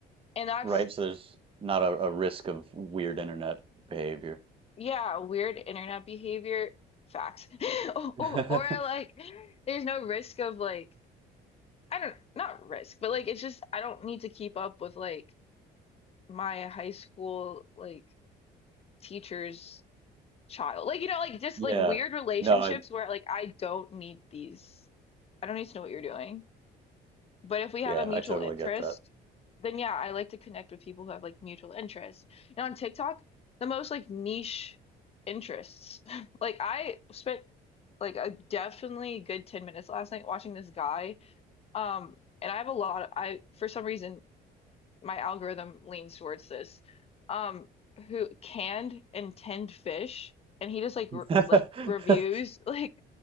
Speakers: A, on the left; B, on the right.
A: And that's,
B: Right. So there's not a, a risk of weird internet behavior.
A: yeah, weird internet behavior facts. <laughs>
B: <laughs>
A: Or, or like there's no risk of like I don't not risk, but like it's just I don't need to keep up with like my high school like teachers child. Like, you know, like just
B: Yeah.
A: like weird relationships
B: No, I
A: where like I don't need these. I don't need to know what you're doing. But if we
B: yeah,
A: have a mutual
B: I totally
A: interest,
B: get
A: then yeah, I like to connect with people who have like mutual interests. And on TikTok, the most like niche interests. <laughs> Like I spent like a definitely good 10 minutes last night watching this guy. Um, and I have a lot of, I for some reason my algorithm leans towards this um who canned and tinned fish and he just like re
B: that.
A: like reviews
B: <laughs>
A: <laughs> like